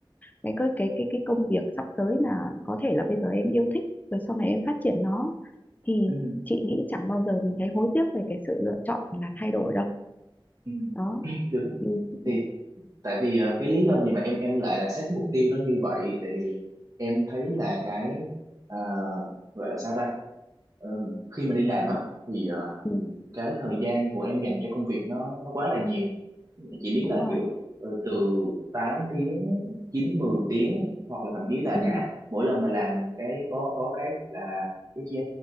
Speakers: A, on the left; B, on the right.
A: cái cái cái cái, cái công việc sắp tới mà có thể là bây giờ em yêu thích rồi sau này em phát triển nó thì
B: Ừ.
A: chị nghĩ chẳng bao giờ mình thấy hối tiếc về cái sự lựa chọn là thay đổi đâu
B: Ừ.
A: đó
B: đúng
A: ừ, ừ,
B: thì tại vì ờ, cái lý do gì mà em em lại là xét cái mục tiêu nó như vậy tại vì em thấy là cái ờ, gọi là sao ta Ờ, khi mà đi làm á thì ờ,
A: ừ,
B: cái thời gian của em dành cho công việc nó nó quá là nhiều chỉ biết
A: đúng
B: là
A: rồi
B: kiểu ờ, từ tám tiếng 9 10 tiếng hoặc là thậm chí là
A: ừ,
B: cả mỗi lần mà làm cái có có cái là cái chế